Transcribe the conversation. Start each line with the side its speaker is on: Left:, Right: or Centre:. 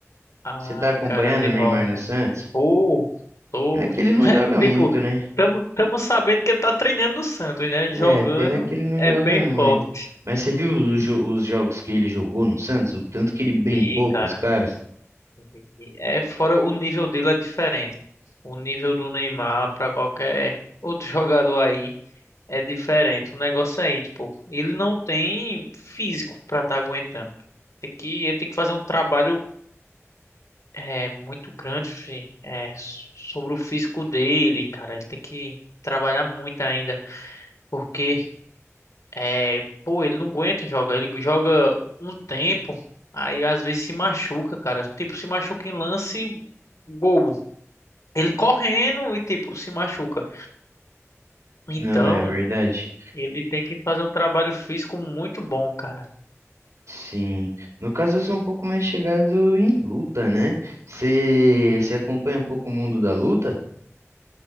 Left: ah,
Right: você tá acompanhando
Left: cara de
Right: o Neymar
Left: rocha.
Right: no Santos?
Left: Pô, tô...
Right: Pena que ele
Left: <laughs> né,
Right: não joga
Left: Tipo,
Right: muito, né?
Left: tamo, tamo sabendo que ele tá treinando no Santos, né? Jogando
Right: É, pena que ele não
Left: é
Right: joga
Left: bem
Right: muito.
Left: forte.
Right: Mas você viu os, jo- os jogos que ele jogou no Santos? O tanto que ele brincou
Left: Vi, cara.
Right: com os caras?
Left: Entendi. É, fora o nível dele é diferente. O nível do Neymar para qualquer outro jogador aí é diferente. O negócio é isso, pô. Ele não tem físico para estar aguentando. Tem que, ele tem que fazer um trabalho é, muito grande, fi, é, s- sobre o físico dele, cara. Ele tem que trabalhar muito ainda, porque é, pô, ele não aguenta jogar. Ele joga um tempo, aí às vezes se machuca, cara. Tipo, se machuca em lance bobo. Ele correndo e, tipo, se machuca. Então,
Right: Não é verdade?
Left: ele tem que fazer um trabalho físico muito bom, cara.
Right: Sim. No caso, eu sou um pouco mais chegado em luta, né? Você você acompanha um pouco o mundo da luta?